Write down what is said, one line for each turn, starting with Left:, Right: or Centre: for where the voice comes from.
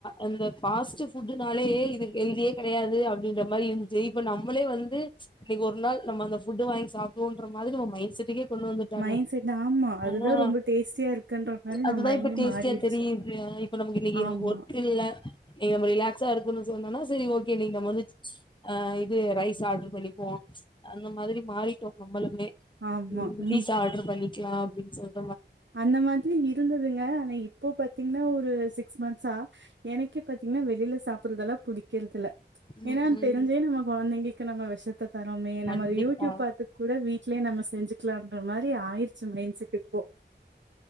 Left: இந்ந வருஷம் ஃபாஸ்ட் ஃபுட்டுனாலே இது ஹெல்தியே கிடையாது அப்படின்ற மாதிரி இருந்துச்சி இப்போ நம்மளே வந்து இன்னைக்கு ஒரு நாள் நம்ம அந்த ஃபுட்டு வாங்கி சாப்பிடுவோம்ன்ற மாதிரி நம்ம மைண்டுசெட்டுக்கே கொண்டு வந்துட்டா
Right: மைண்ட் செட் ஆமா அதுதா
Left: ஆனா
Right: ரொம்ப டேஸ்டியா இருக்குன்ற மாரி
Left: அதுதான்
Right: நம்ம மைண்டே
Left: இப்ப டேஸ்ட்டியா
Right: மாறிருச்சு
Left: தெரியுது இப்ப நமக்கு இன்
Right: ஆமா
Left: ஒர்க்கு இல்ல இவங்க ரிலாக்ஸா இருக்குகனும் சொன்னா சரி ஓகே நீங்க வந்து இது ரைஸ் ஆர்டர் பண்ணிப்போம் அந்த மாதிரி மாறிட்டோம் நம்மளுமே
Right: ஆமா
Left: உம்
Right: ம்
Left: பிஸா ஆர்டர் பண்ணி கிலா பிச்சர்
Right: அந்த மாதிரி இருந்ததுங்க ஆனா இப்போ பாத்தீங்கன்னா ஒரு சிக் ஸ்வன்ஸா எனக்கே பாத்தீங்கன்னா வெளியில சாப்பிடறதெல்லாம் புடி வைக்கிறதுல ஏன்னா
Left: ம் ம்
Right: தெரிஞ்சே நம்ம குழந்தைங்களுக்கு நம்ம விஷத்த தரோமே
Left: கண்டிப்பா
Right: நம்ம யூடியூப் பார்த்து கூட வீட்லயே நம்ம செஞ்சுலாம் அந்த மாதிரி ஆயிடுச்சு மைண்ட் செட்டுக்கு